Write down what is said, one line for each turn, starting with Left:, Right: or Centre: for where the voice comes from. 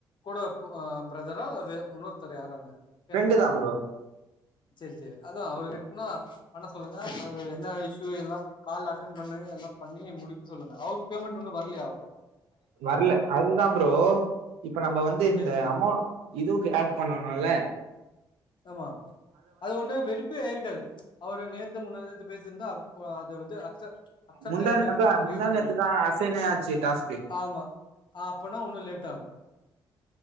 Left: கூட இப்போ அ ப்ரதரா அல்லது உன்னோர்த்தரு யாரானு பேசன்து
Right: ஃப்ரெண்டு தான் ப்ரோ
Left: செர் செரி அதா அவருகிட் இன்னோ பண்ண சொல்லுங்க அது என்ன இஷு எல்லா கால் அட்டன் பண்ணி எல்லா பண்ணி முடிக்க சொல்லுங்க அவுருக்கு பேமெண்ட்டு இன்னோ வர்லயா
Right: வர்ல அதுதா ப்ரோ இப்ப நம்ப வந்து இந்த
Left: சரி சரி
Right: அமௌ இதுவுக்கு ஆட் பண்ணனோல
Left: ஆமா அது ஒண்ணு வெறுப்பு ஏறிக்காது அவரு நேத்து முந்தா நேத்து பேசிர்ந்தா ஓ அது வந்து அக்ச அக்சப்ட்
Right: முந்தா
Left: ஆயிருக்காது
Right: அதா முந்தா
Left: ரீசன்
Right: நேத்துதா அசைனே ஆச்சு டாஸ்க்கு
Left: ஆமா ஆ அப்பனா உன்னோ லேட் ஆவோ